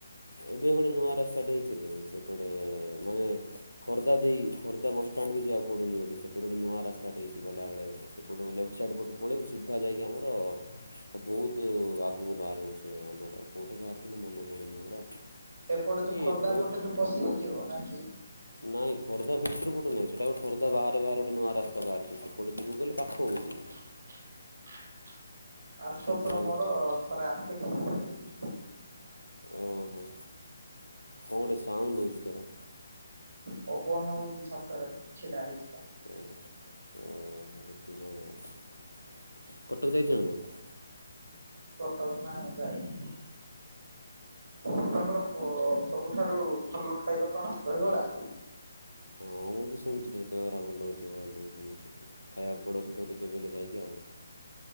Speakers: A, on the left (about 85°); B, on the right (about 55°).
A: ଏବେ ଗୋଟେ ନୂଆ ରାସ୍ତାଟେ ହେଇଛି ଯେ ସେପଟେ ମାନେ ଖୋର୍ଦ୍ଧା ଦେଇ ଖୋର୍ଦ୍ଧା ବସଷ୍ଟଣ୍ଡ ବି ଯିବାକୁ ପଡୁନି ବୋଧେ ସେପଟେ ଗୋଟେ ନୂଆ ରାସ୍ତାଟେ ହେଇଛି ଗଲାବେଳେ। ସେପଟୁ ଲେଫ୍ଟ ସାଇଟ ପଟୁ ପଳେଇବୁ ସିଧା ଯାଇକି ଆମର ବହୁତ ଆଗକୁ ବାହାରିବୁ। ଏ ଆମର କୋଉଠି ବାହାରିଥିଲୁ ମନେ ପଡୁନି ମୋର।
B: ଏପଟେ
A: ବାକି
B: ଯୋଉ ଖୋର୍ଦ୍ଧା
A: ବହୁତ
B: ପଟେ ଯୋଉ ପଶିକି ଯିବ ନାଇଁ କି?
A: ନାଇଁ ଖୋର୍ଦ୍ଧା ଭିତରୁ ପଟୁ ନାଇଁ ସେଟା ଖୋର୍ଦ୍ଧା ବାହାରେ ବାହାରେ ନୂଆ ରାସ୍ତା ବାହାରିଛି ସେପଟୁ ଯିବକୁ ଗଲେ ପାଖ ହଉଛି।
B: <inaudible> ଆଶୁ
A: ସେଥର
B: ତୋଷ ର ମୋର ଥରେ ଆସିଥିଲୁ ସେପଟେ ହେଇକି।
A: ଉଁ ହୁଁ କଣ ଗୋଟେ ସାଉଣ୍ଡୁ ହଉଛି ତୋର?
B: ପବନ ହଉଛି ଛାତରେ ଛିଡା ହେଇଛି ପା।
A: ଉଁ ହୁଁ ଓହୋ ସେଥିପାଇଁ ଆଉ କଟକ ଯାଇଛ ନା ନାଇଁ?
B: କଟକ ନା ମୁଁ ଯାଇନି। ଆପଣଙ୍କର କ ସବୁଠାରୁ ଭଲ ଖାଇବା କଣ ରହିବରା?
A: ହଁ ମୁଁ ବି ଶୁଣିଛି। ସେ ଦଗରା ଭଲ ହେଉଛି ବୋଲି ଶୁଣିଛି ଖାଇବାକୁ ପଡ଼ିବ ସେଠୁ ଟିକ କେବେ ହେଲେ ଯାଇକି ଆଉ।